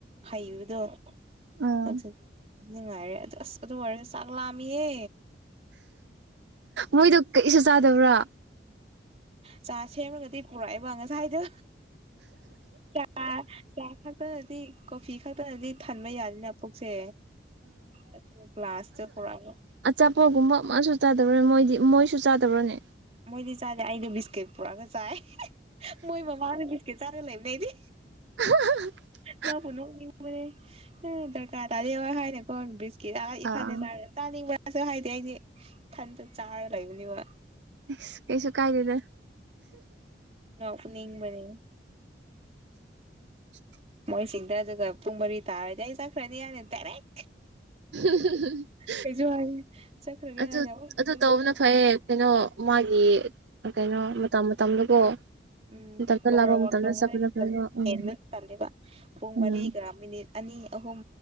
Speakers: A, on the right; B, on the right.
A: ꯍꯩꯕꯗꯣ
B: ꯎꯝ
A: ꯑꯗꯨꯒꯤ ꯅꯤꯡꯉꯥꯏꯔꯦ ꯑꯗꯨ ꯑꯁ ꯑꯗꯨ ꯑꯣꯏꯔ ꯆꯥꯛ ꯂꯥꯝꯃꯤꯌꯦ
B: ꯃꯣꯏꯗꯣ ꯀꯩꯁꯨ ꯆꯥꯗꯕ꯭ꯔꯥ
A: ꯆꯥ ꯁꯦꯝꯔꯒꯗꯤ ꯄꯨꯔꯛꯑꯦꯕ ꯉꯁꯥꯏꯗꯣ ꯆꯥ ꯆꯥ ꯊꯛꯇꯅꯗꯤ ꯀꯣꯐꯤ ꯈꯛꯇꯅꯗꯤ ꯊꯟꯕ ꯌꯥꯅꯤꯅ ꯄꯨꯛꯁꯦ ꯑꯗꯨ ꯒ꯭ꯂꯥꯁꯇꯣ ꯄꯨꯔꯑꯒ
B: ꯑꯆꯥꯄꯣꯒꯨꯝꯕ ꯑꯃꯁꯨ ꯆꯥꯗꯕ꯭ꯔ ꯃꯣꯏꯗꯤ ꯃꯣꯏꯁꯨ ꯆꯥꯗꯕ꯭ꯔꯅꯦ
A: ꯃꯣꯏꯗꯤ ꯆꯥꯗꯦ ꯑꯩꯩꯗꯤ ꯕꯤꯁꯀꯤꯠ ꯄꯨꯔꯑꯒ ꯆꯥꯏ ꯃꯣꯏ ꯃꯃꯥꯅ ꯕꯤꯁꯀꯤꯠ ꯆꯥꯔ ꯂꯩꯕꯅꯦ ꯑꯩꯗꯤ
B: <unintelligible>
A: ꯅꯪꯄꯨ ꯅꯣꯛꯅꯤꯡꯕꯅꯦ ꯗꯔꯀꯥꯔ ꯇꯥꯔꯦ ꯋꯥ ꯍꯥꯏꯅꯀꯣ ꯕꯤꯁꯀꯤꯠ ꯑ ꯏꯊꯟꯅ
B: ꯑꯥ
A: ꯆꯥꯔꯦ ꯆꯥꯅꯤꯡꯕꯁꯨ ꯍꯥꯏꯗꯦ ꯑꯩꯗꯤ ꯊꯟꯇ ꯆꯥꯔ ꯂꯩꯕꯅꯤꯕ
B: ꯑꯁ ꯀꯩꯁꯨ ꯀꯥꯏꯗꯦꯗ
A: ꯅꯣꯛꯅꯤꯡꯕꯅꯦ
B: <unintelligible>
A: ꯃꯣꯏꯁꯤꯡꯗ ꯑꯗꯨꯒ ꯄꯨꯡ ꯃꯔꯤ ꯇꯥꯔꯗꯤ ꯑꯩ ꯆꯛꯈ꯭ꯔꯅꯤ ꯍꯥꯏꯅ ꯗꯥꯏꯔꯦꯛ
B: <unintelligible>
A: ꯀꯩꯖꯨ ꯍꯥꯏ ꯆꯛꯈ꯭ꯔꯒꯦ
B: ꯑꯗꯨ
A: ꯍꯥꯏꯅ ꯃꯨꯛ
B: ꯑꯗꯨ
A: <unintelligible>
B: ꯇꯧꯕꯅ ꯐꯩꯌꯦ ꯀꯩꯅꯣ ꯃꯥꯒꯤ ꯀꯩꯅꯣ ꯃꯇꯝ ꯃꯇꯝꯗꯀꯣ
A: ꯎꯝ
B: ꯃꯇꯝꯗ
A: ꯑꯣꯕꯔꯋꯥꯛ
B: ꯂꯥꯛꯄ ꯃꯇꯝꯗ
A: ꯇꯧꯕꯗ
B: ꯆꯠꯄꯅ
A: ꯑꯩꯗꯤ
B: ꯐꯩꯌꯦ
A: ꯇꯜ
B: ꯎꯝ
A: ꯍꯦꯟꯕ ꯇꯜꯂꯦꯕ ꯄꯨꯡ
B: ꯎꯝ
A: ꯃꯔꯤꯒ ꯃꯤꯅꯤꯠ ꯑꯅꯤ ꯑꯍꯨꯝ